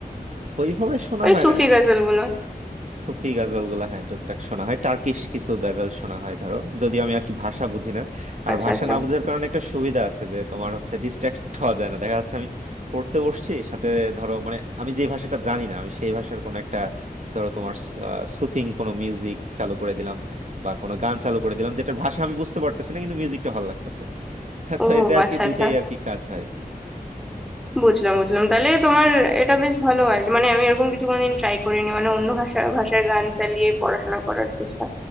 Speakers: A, on the right (about 50°); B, in the centre.
A: ওইভাবে শোনা
B: ওই
A: হয়
B: সুফি
A: না
B: গজল গুলো
A: সুফি গাজাল গুলা হ্যাঁ টুকটাক শোনা হয় টার্কিশ কিছু গাজাল শোনা হয় ধরো যদিও আমি আর কি ভাষা বুঝি না আর
B: আচ্ছা
A: ভাষা
B: আচ্ছা
A: না বোঝার কারণে একটা সুবিধা আছে যে তোমার হচ্ছে ডিস্ট্রাক্ট হওয়া যায় না দেখা যাচ্ছে আমি পড়তে বসছি সাথে ধরো মানে আমি যে ভাষাটা জানি না আমি সেই ভাষার কোনো একটা ধরো তোমার সুথিং কোনো মিউজিক চালু করে দিলাম বা কোনো গান চালু করে দিলাম যেটার ভাষা আমি বুঝতে পারতেছি না কিন্তু মিউজিকটা ভালো লাগতেছে <laughs> হ্যাঁ,
B: ও
A: তো এতে আর
B: আচ্ছা
A: কি দুইটাই
B: আচ্ছা
A: আর কি কাজ হয়
B: বুঝলাম বুঝলাম তাহলে তোমার এটা বেশ ভালো আইডিয়া মানে আমি এরকম কিছু কোনোদিন ট্রাই করিনি মানে অন্য ভাষা ভাষার গান চালিয়ে পড়াশোনা করার চেষ্টা